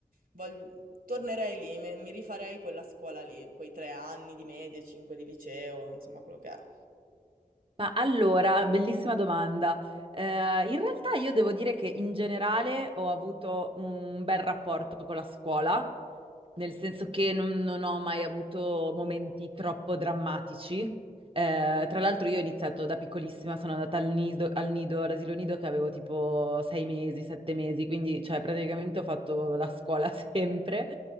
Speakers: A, on the right (about 85°); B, on the right (about 40°).
A: vol- tornerei lì, me- mi rifarei quella scuola lì, quei tre anni di medie, cinque di liceo, insomma, quello che è.
B: Ma allora, bellissima domanda. Eh, in realtà io devo dire che in generale ho avuto un bel rapporto con la scuola, nel senso che non, non ho mai avuto momenti troppo drammatici. Eh, tra l'altro io ho iniziato da piccolissima, sono andata al nido, al nido, all'asilo nido che avevo tipo sei mesi, sette mesi, quindi cioè praticamente ho fatto la scuola <laughs> sempre.